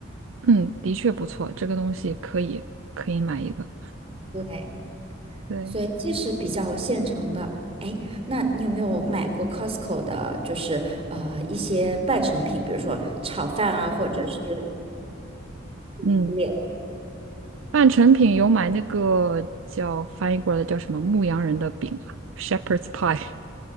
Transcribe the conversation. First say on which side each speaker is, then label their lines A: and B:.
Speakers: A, on the right (about 75°); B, on the right (about 30°).
A: 嗯，的确不错，这个东西可以可以买一个。
B: 对，
A: 对，
B: 所以这是比较现成的。哎，那你有没有买过 Costco 的，就是呃一些半成品，比如说炒饭啊，或者是嗯系列
A: 嗯，半成品有买那个叫翻译过来叫什么牧羊人的饼啊，Shepherd's Pie，